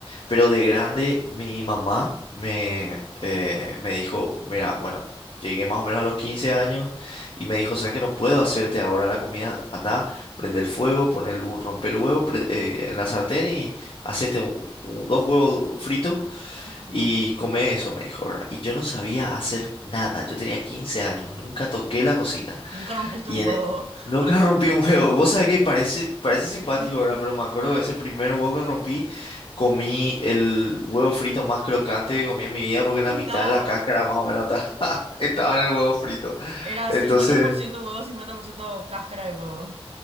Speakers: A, on the left (about 60°); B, on the right (about 85°).
A: Pero de grande, mi mamá me, eh, me dijo, mira, bueno, llegué más o menos a los 15 años y me dijo, ¿sabes que no puedo hacerte ahora la comida? Anda, prende el fuego, pon el, hu- rompe el huevo pre- eh, en la sartén y hacete u- u- dos huevos fritos
B: ujú.
A: y come eso, me dijo, ¿verdad? Y yo no sabía hacer nada, yo tenía 15 años, nunca toqué la cocina.
B: Nunca rompiste
A: Y
B: un
A: en-
B: huevo.
A: e,
B: <laughs>
A: nunca rompí un huevo. Vos sabés que parece, parece simpático,
B: <clears throat>
A: ¿verdad? Pero me acuerdo de ese primer huevo que rompí, comí el huevo frito más crocante que comí en mi vida porque la
B: No,
A: mitad de la cáscara más o menos estaba, <laughs> estaba en el huevo frito.
B: era
A: Entonces...
B: cincuenta por ciento huevo, 50% cáscara de huevo.